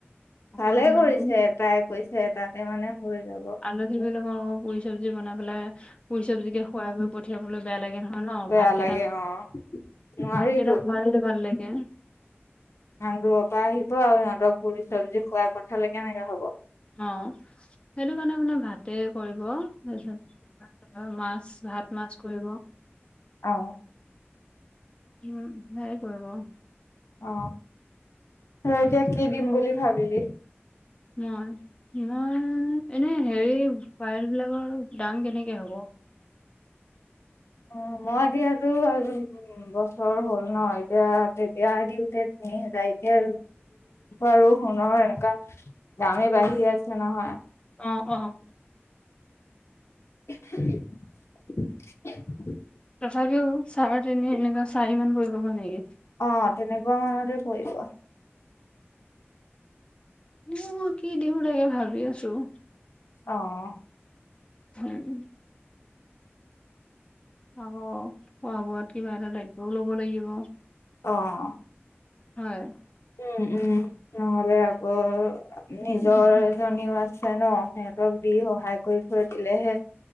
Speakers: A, on the left; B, on the left.
A: আকৌ
B: ভালে
A: সিহঁত
B: কৰিছে তাই কৈছে তাতে মানে হৈ যাব।
A: আলহী বিলাকক আকৌ পুৰি চব্জি বনাই পেলাই পুৰি চব্জিকে খুৱাই কৰি পঠিয়াবলৈ বেয়া লাগে নহয় ন
B: বেয়া
A: ভাতকেইটা।
B: লাগে অ নোৱাৰিতো
A: ভাতকে খুৱালে ভাল লাগে।
B: সান্দুৰ পৰা আহিব আৰু সিহঁতক পুৰি চব্জি খুৱাই পঠালে কেনেকা হব।
A: অ সেইটো কাৰণে মানে ভাতে কৰিব তাৰপিছত মাছ ভাত মাছ কৰিব।
B: অ
A: উ সেয়াই কৰিব।
B: অ ত এতিয়া কি দিম বুলি ভাবিলি।
A: মই মই এনে হেৰি পাইল বিলাকৰ দাম কেনেকে হ'ব।
B: অ মই এতিয়াটো বছৰ হ'ল নহ এতিয়া তেতিয়া দিওঁতে তিনি হাজাৰ এতিয়া আৰু সুণৰ এনেকুৱা দামেই বাঢ়িৰে আছে নহয়।
A: অ অ
B: <unintelligible>
A: তথাপিও চাৰে-তিনি এনেকুৱা চাৰিমান পৰিব নেকি?
B: অ' তেনেকুৱা মানতে পৰিব।
A: মই কি দিম লাগে ভাবি আছোঁ।
B: অ'
A: হুম। অ' খোৱা-বোৱাত কিবা এটা দায়িত্বও ল'ব লাগিব।
B: অ'।
A: হয়।
B: উম উম। নহ'লে আকৌ
A: উম
B: নিজৰজনীও আছে। ন? সিহঁতক দি সহায় কৰি থৈ দিলেহে